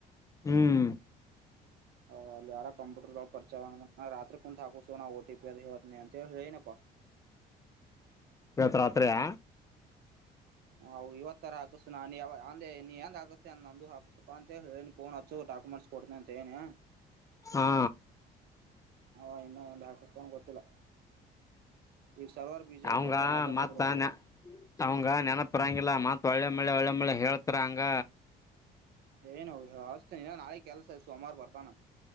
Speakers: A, on the left; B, on the right.
A: ಹ್ಮ್.
B: ಹ ಅಲ್ಲಿ ಯಾರ ಕಂಪ್ಯೂಟರ್ಗೆ ಪಚಾರ ರತ್ರಿ ಕ ಹಾಕುಸೋ ಓಟಿಪಿ ಅ ಹೇತ ಅಂತ ಹೇಳನಪ್ಪ.
A: ಗತರಾತ್ರಯ.
B: ಹ ಇವತ್ತ ತರ ಹಾಕಿಸತ ನಾನ್ ಅಂದೆ ನೀನ್ ಎಂದ ಹಾಕಿಸತೆ ಅಂದ ನಂದು ಹಾಕಿಸಸಪ್ಪ ಅಂತ ಹೇಳಿ ಫೋನ್ ಹಚ್ಚು ಡಾಕ್ಯುಮೆಂಟ್ಸ್ ಕೊಡ್ತೀನಿ ಅಂತ ಹೇಳಿನಿ.
A: ಹಾ.
B: ಹ ಇನ್ನು ಒಂದು ಹಾಕಸ್ತಂಗ ಗೊತ್ತಿಲ್ಲ. ಈಗ ಸರ್ವರ್ ಬಿಜಿ
A: ಅವಂಗ
B: ಐತಿ ಎಲ್ಲಿ ಹಾಕಕ
A: ಮಾತಾ
B: ಬರವಲ್ದು
A: ನ ಅವಂಗ ನೆನಪ್ರಂಗ ಮಾತಾ ಒಳ್ಳೆ ಮಳ್ಳೆ ಒಳ್ಳೆ ಮಳ್ಳೆ ಹೇಳ್ತಾರ ಹಂಗ.
B: ಹೆಲೆನ್ ಆಂಗ್ ನ ನಾಳೆ ಕೆಲ್ಸ ಸೋಮವಾರ ಬರ್ತಾನ.